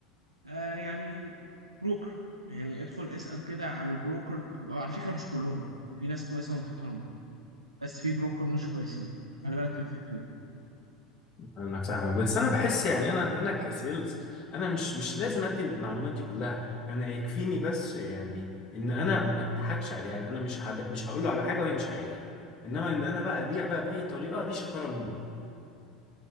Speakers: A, on the right (about 80°); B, on the left (about 25°).
A: آه يعني بروكر يعني ادخل اسأل كده على البروكر على فكرة مش كلهم في ناس كويسة ومحترمة بس في بروكر مش كويسين خلي بالك في الفكرة دي
B: انا فاهمك بس انا بحس يعني انا انا كسيلز انا مش مش لازم ادي المعلومات دي كلها انا يكفيني بس يعني ان انا ما اضحكش عليه يعني انا مش هب... مش هقول له على حاجه وهي مش حقيقيه انما ان انا بقى ابيع بقى باي طريقه دي شطاره مني